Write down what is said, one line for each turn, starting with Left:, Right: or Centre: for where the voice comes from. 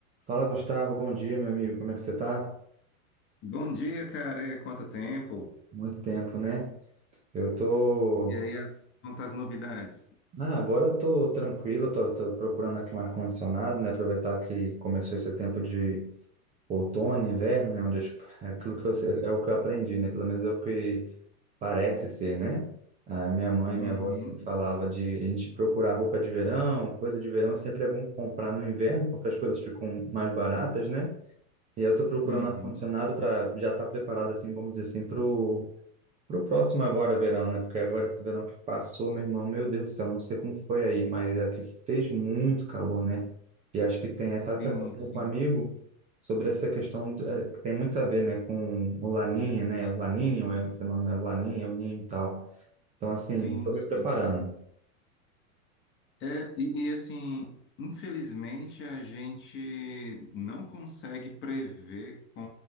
Right: Fala, Gustavo. Bom dia, meu amigo. Como é que você tá?
Left: Bom dia, cara. É, Quanto tempo?
Right: Muito tempo, né? Eu tô.
Left: E aí, as, quantas novidades?
Right: Ah, agora eu tô tranquilo, tô, tô procurando aqui um ar-condicionado, né? Aproveitar que começou esse tempo de outono, inverno, né? Onde as- é aquilo que eu, sei- é o que eu aprendi, né? Pelo menos é o que parece ser, né? A minha mãe e
Left: Uhum,
Right: minha avó sempre falava de a gente procurar roupa de verão, coisa de verão, é sempre é bom comprar no inverno, porque as coisas ficam mais baratas, né? E eu tô procurando
Left: uhum.
Right: um ar-condicionado para já estar preparado, assim, vamos dizer assim, para Pro próximo agora, verão, né? Porque agora esse verão que passou, meu irmão, meu Deus do céu, não sei como foi aí, mas aqui fez muito calor, né? E acho que tem, eu
Left: Sim,
Right: tava até conversando
Left: sim,
Right: com um amigo sobre essa questão, do- eh, que tem muito a ver, né, com o Laninha, né? O Laninho, é o fenômeno Laninha, é o Ninho e tal. Então, assim,
Left: sim,
Right: estou
Left: sim.
Right: me preparando.
Left: É, e, e, assim, infelizmente a gente não consegue prever com